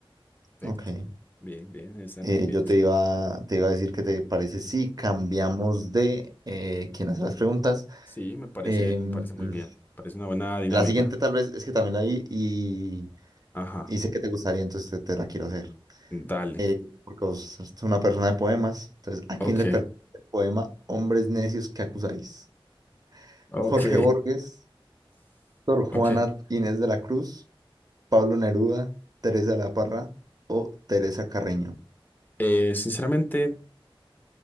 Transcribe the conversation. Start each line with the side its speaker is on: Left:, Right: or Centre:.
Left: Perfecto.
Right: Ok.
Left: Bien, bien, estamos
Right: Eh,
Left: bien.
Right: yo te iba, te iba a decir que te parece
Left: Sí,
Right: si cambiamos de eh, quién hace las preguntas.
Left: sí, me parece,
Right: Em,
Left: me parece muy
Right: mm,
Left: bien. Parece una buena dinámica.
Right: la siguiente tal vez es que también la vi y,
Left: Ajá,
Right: y sé que te gustaría, entonces te, te la quiero hacer.
Left: dale.
Right: Eh, porque vos sos una persona de poemas. Entonces, ¿a
Left: Ok,
Right: quién le pertenece el poema Hombres necios que acusáis?
Left: ok.
Right: Jorge Borges, Sor Juana
Left: Ok.
Right: Inés de la Cruz, Pablo Neruda, Teresa de la Parra o Teresa Carreño,
Left: Eh, sinceramente,